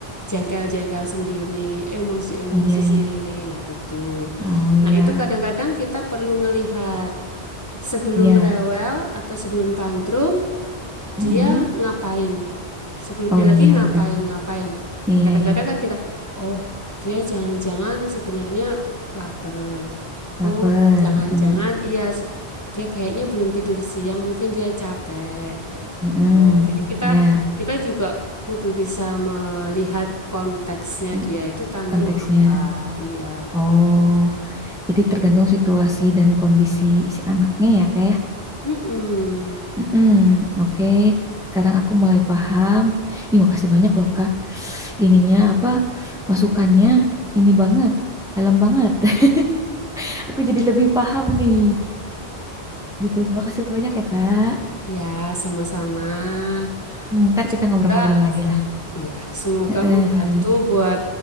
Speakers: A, on the left; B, in the centre.
A: jengkel-jengkel sendiri, emosi-emosi
B: iya
A: sendiri.
B: ya
A: Nah, itu.
B: Oh ya,
A: Nah, itu kadang-kadang kita perlu ngelihat sebelum
B: ya.
A: rewel atau sebelum tantrum,
B: Mm-mm.
A: dia ngapain. Sebelumnya
B: Oh
A: lagi
B: iya
A: ngapain,
B: benar.
A: ngapain.
B: Iya
A: Kadang-kadang
B: ya.
A: kan kita, oh, dia jangan-jangan sebenarnya lapar.
B: Laper.
A: Oh, jangan-jangan
B: Mm.
A: iya s- dia kayaknya belum tidur siang, mungkin dia capek Ya gitu.
B: Mm-mm.
A: Jadi kita
B: Ya,
A: kita juga kudu bisa melihat konteksnya
B: i-
A: dia itu tantrum
B: konteksnya.
A: apa. Iya.
B: Oh, jadi tergantung situasi dan kondisi si anaknya ya kayak.
A: Mm-mm.
B: Mm-mm. Oke. Sekarang aku mulai paham. Ih, makasih banyak loh Kak. Ininya apa? Masukannya ini banget. Dalam banget. <laughs> Aku jadi lebih paham nih. Gitu. Makasih banyak ya Kak.
A: Ya, sama-sama.
B: Ntar
A: Semoga
B: kita ngobrol-ngobrol lagi lah.
A: iya, semoga
B: Heeh.
A: membantu buat